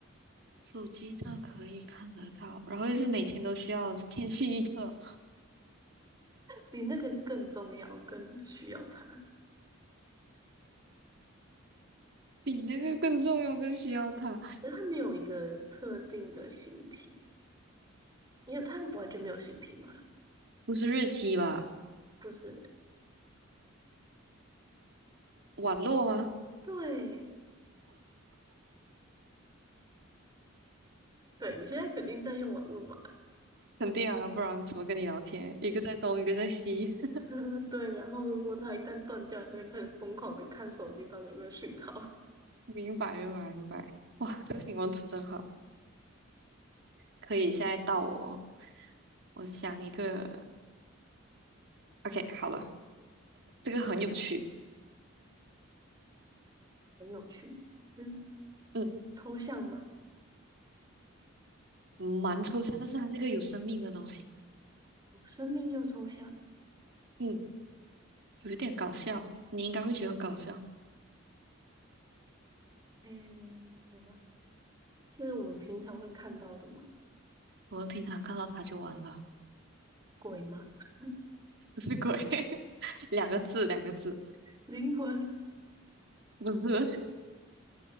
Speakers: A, on the right (about 60°); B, on the right (about 20°).
A: 手机上可以看得到，然后又是每天都需要天气预测，
B: 比那个更重要，更需要它。
A: 比那个更重要，更需要它。
B: 可是它没有一个特定的形体，因为它完全没有形体嘛，
A: 不是日期吧？
B: 不是？
A: 网络吗？
B: 对，对，你现在肯定在用网络嘛，
A: 肯定啊，不然怎么跟你聊天？一个在东，一个在西。
B: <laughs>
A: <laughs>
B: 呃，对。然后如果它一旦断掉，你就会开始疯狂的看手机到底有没有讯号，
A: 明白，明白，明白。哇，这个形容词真好。可以，现在到我，我想一个，OK，好了，这个很有趣，
B: <laughs> 很有趣，是
A: 嗯，
B: 抽象吗？
A: 蛮抽象，但是它是一个有生命的东西，
B: 生命又抽象，
A: 嗯，有一点搞笑，你应该会觉得很搞笑。
B: 嗯，等一下，是我们平常会看到的吗？
A: 我们平常看到它就完了，
B: 鬼吗？<laughs>
A: 不是鬼，<laughs> 两个字，两个字，
B: 灵魂？
A: 不是，